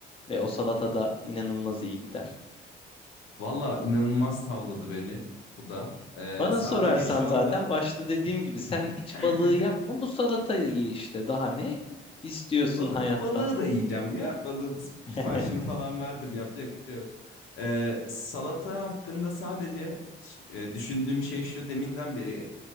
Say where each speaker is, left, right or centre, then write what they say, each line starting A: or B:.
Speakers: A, on the left (about 30°); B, on the left (about 80°).
A: ve o salatada inanılmaz iyi gider.
B: Valla inanılmaz tavladı beni bu da. Ee,
A: Bana
B: sadece
A: sorarsan
B: şu anda
A: zaten başta dediğim gibi sen hiç
B: <laughs>
A: balığı yapma bu salatayı ye işte. Daha ne istiyorsun
B: Bal-
A: hayattan?
B: balığı da yiyeceğim ya. Balığın
A: <laughs>
B: siparişini falan verdim. Yapacak bir şey yok. Ee, salata hakkında sadece ş- e, düşündüğüm şey şu deminden beri